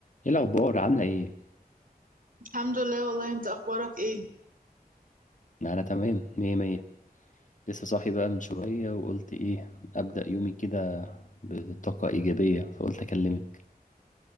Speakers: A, on the left; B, on the right.
A: ايه الاخبار عامله ايه
B: الحمد لله والله انت اخبارك ايه
A: انا تمام مية مية لسه صاحي بقى من شويه وقلت ايه ابدا يومي كده بطاقه ايجابيه فقلت اكلمك